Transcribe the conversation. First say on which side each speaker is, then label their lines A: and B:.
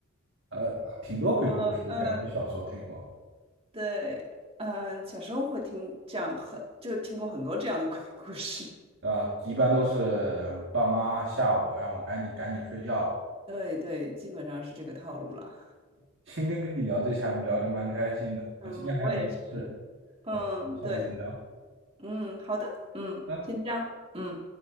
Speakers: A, on the right (about 60°); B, on the right (about 25°).
A: 呃，挺多鬼故事的，
B: 不过，嗯。
A: 感觉小时候听过。
B: 对，嗯，小时候会听这样很，就听过很多这样的 <laughs> 鬼故事。
A: 啊，一般都是爸妈吓我，让我赶紧赶紧睡觉吧。
B: 对对，基本上是这个套路了。
A: <laughs> 今天跟你聊这些，聊得蛮开心的。
B: 嗯，
A: 我今天还有点事，
B: 我也是。嗯，
A: 呃，
B: 对，
A: 下次再聊。
B: 嗯，好的，嗯，
A: 拜拜
B: 先这样，嗯。